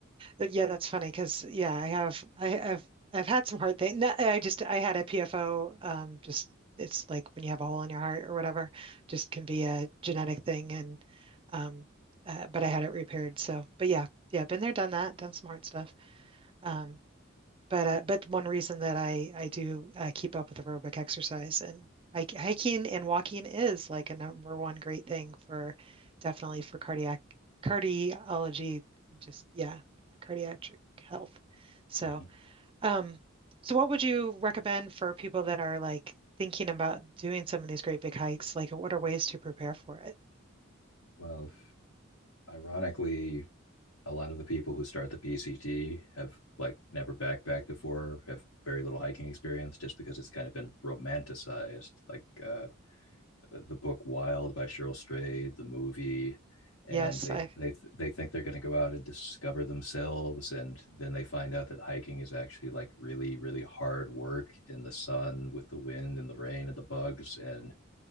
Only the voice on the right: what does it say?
uh, yeah, that's funny because yeah, I have I, I've I've had some hard things. I just I had a PFO. Um, just it's like when you have a hole in your heart or whatever, just can be a genetic thing. And um, uh, but I had it repaired. So, but yeah, yeah, been there, done that, done some hard stuff. Um, But uh, but one reason that I I do uh, keep up with aerobic exercise and hike, hiking and walking is like a number one great thing for definitely for cardiac cardiology, just yeah, cardiac health. So
um, so what would you recommend for people that are like thinking about doing some of these great big hikes? Like, what are ways to prepare for it?
Yes,
I